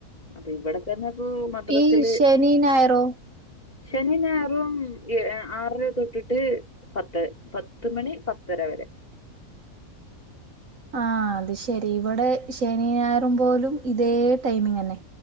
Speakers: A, on the left (about 30°); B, on the right (about 65°).
A: അപ്പൊ ഇവിടെത്തന്നെ ഇപ്പൊ മദ്രാസില്.
B: ഈ ശനി ഞായറോ
A: ശനീം ഞായറും ആറരതൊട്ടിട്ട് പത്ത് പത്ത്മണി പത്തര വരെ.
B: ആ അത് ശരി ഇവിടെ ശനിയായിറും പോലും ഇതേ ടൈമിങ് തന്നെ.